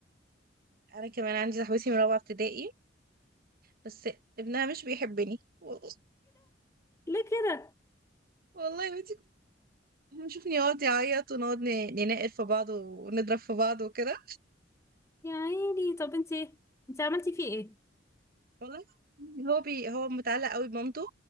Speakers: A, on the right; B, on the left.
A: انا كمان عندي صاحبتي من رابعه ابتدائي بس ابنها مش بيحبني والله
B: ليه كده
A: والله يا بنتي كنت بنشوفني يقعد يعيط ونقعد ن- ننقر في بعض ونضرب في بعض وكده
B: يا عيني طب انت انت عملتي فيه ايه
A: والله هو بي هو متعلق قوي بمامته